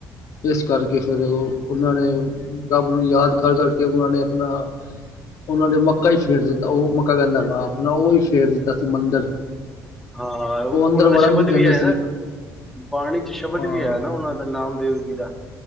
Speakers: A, on the left; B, in the centre.
A: ਇਸ ਕਰਕੇ, ਫਿਰ ਉਹਨਾਂ ਨੇ ਰੱਬ ਨੂੰ ਯਾਦ ਕਰ ਕਰਕੇ, ਉਹਨਾਂ ਨੇ ਆਪਣਾ ਉਹਨਾਂ ਨੇ ਮੱਕਾ ਈ ਫੇਰ ਦਿੱਤਾ, ਉਹ ਮੱਕਾ ਕਹਿੰਦਾ ਵਾ, ਆਪਣਾ ਉਹ ਹੀ ਫੇਰ ਦਿੱਤਾ ਸੀ ਮੰਦਿਰ
B: ਹਾਂ,
A: ਉਹ ਅੰਦਰ
B: ਉਹਨਾਂ
A: ਵੜਨ
B: ਦਾ ਸ਼ਬਦ
A: ਨੀ ਦਿੰਦੇ
B: ਵੀ ਹੈ
A: ਸੀ।
B: ਨਾ ਬਾਣੀ ਚ ਸ਼ਬਦ
A: ਹਾਂ
B: ਵੀ ਹੈ ਨਾ, ਉਹਨਾਂ ਦਾ ਨਾਮਦੇਵ ਜੀ ਦਾ